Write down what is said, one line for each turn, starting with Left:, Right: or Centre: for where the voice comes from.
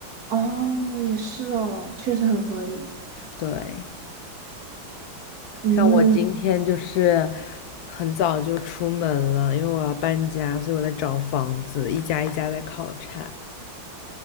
Right: 哦，也是哦，确实很合理。
Left: 对，
Right: 嗯，
Left: 像我今天就是很早就出门了，因为我要搬家，所以我在找房子，一家一家在考察。